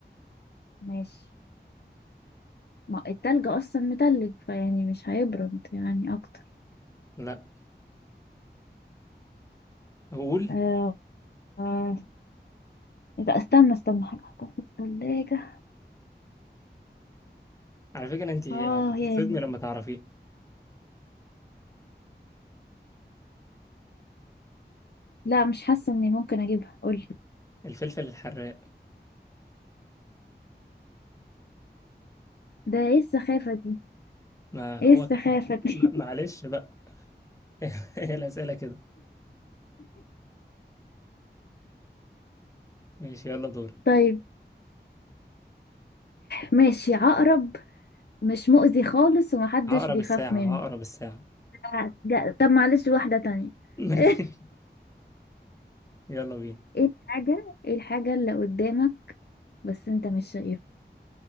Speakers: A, on the left (about 65°); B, on the left (about 15°).
A: ماشي ما التلج اصلا متلج فيعني مش هيبرد يعني اكتر
B: لأ أقول
A: آه آه. إيه ده؟ استنى استنى حاجة حطها في التلاجة
B: على فكرة أنت يعني
A: اه
B: هتتصدمي
A: يعني
B: لما تعرفيه
A: لا مش حاسه اني ممكن اجيبها قولي
B: الفلفل الحراق
A: ده ايه السخافه دي
B: ما
A: ايه
B: هو
A: السخافه
B: كده
A: دي
B: ما- معلش بقى <laughs> هي الأسئلة كده ماشي يلا دورك
A: <laughs> طيب ماشي عقرب مش مؤذي خالص ومحدش
B: عقرب
A: بيخاف
B: الساعة
A: منه
B: عقرب الساعة
A: آه، لا، طب معلش واحده تانية
B: <laughs>
A: <laughs> ايه
B: يلا بينا
A: الحاجه ايه الحاجه اللي قدامك بس انت مش شايفها